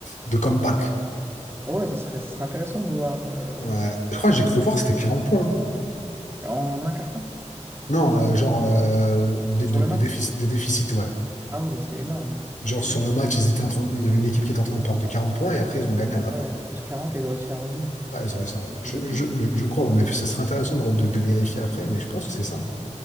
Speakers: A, on the left; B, on the right.
A: de comeback.
B: Ouais, ça serait, ça serait intéressant de voir euh,
A: Ouais. Je crois que j'ai cru voir que c'était quarante points. hein.
B: en un carton
A: Non, euh, genre euh, de,
B: sur
A: de, de
B: le match.
A: déficit, de déficit, ouais.
B: Ah oui, mais c'est énorme.
A: Genre
B: C'est énorme.
A: sur le match, ils étaient en train de- il y avait une équipe qui était en train de perdre de 40 points et après ils ont gagné à la
B: Ouais,
A: fin.
B: plus 40 ils ont réussi à revenir. C'est
A: Ah, ils auraient ça.
B: c'est un truc
A: Je,
B: de fou.
A: je, je je crois,
B: Incroyable.
A: ouais, mais ça serait intéressant de, de, de vérifier après, mais je pense que c'est ça. hein.